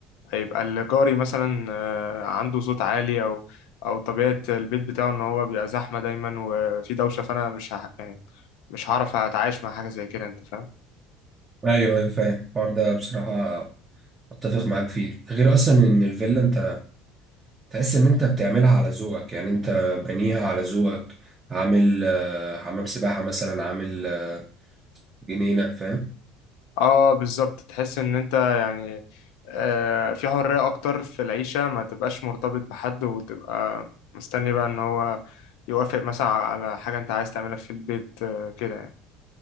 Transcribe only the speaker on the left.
هيبقى الجاري مثلا آه، عنده صوت عالي او او طبيعة البيت بتاعه ان هو بيبقى زحمة دايما وفي دوشة فانا مش هح... يعني مش هعرف اتعايش مع حاجة زي كده انت فاهم
اه بالظبط تحس ان انت يعني آه في حرية اكتر في العيشة ما تبقاش مرتبط بحد وتبقى مستني بقى ان هو يوافق مثلا على حاجة انت عايز تعملها في البيت آه كده يعني